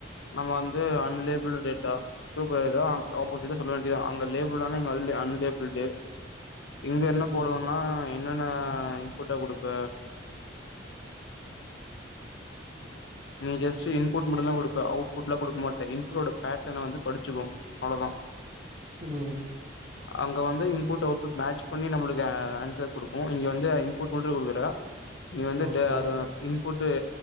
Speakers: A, on the left (about 65°); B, on the right (about 35°).
A: நம்ம வந்து அன்லேபிளு டேட்டா சூப்பர் இதா ஆப்போசிட்டா சொல்ல வேண்டியதா அங்க லேபிள்புள் ஆனா இங்க அன்லேபுள்டு இங்க என்ன
B: ம்.
A: போடுவோன்னா என்னென்ன இன்புட்டா குடுப்ப நீ ஜஸ்ட் இன்புட் மட்டும்தா குடுப்ப அவுட் புட்லா குடுக்க மாட்ட இன்ஃபரோட பேட்டன வந்து படிச்சிக்கு அவ்ளதா
B: இதே
A: அங்க வந்து இன்புட் அவுட்புட் மேட்ச் பண்ணி நம்மளுக்கு ஆன்சர் குடுக்கு இங்க வந்து இன்புட் மட்டு குடுகுற நீ வந்து
B: ஓகே.
A: டே அது இன்புட்டு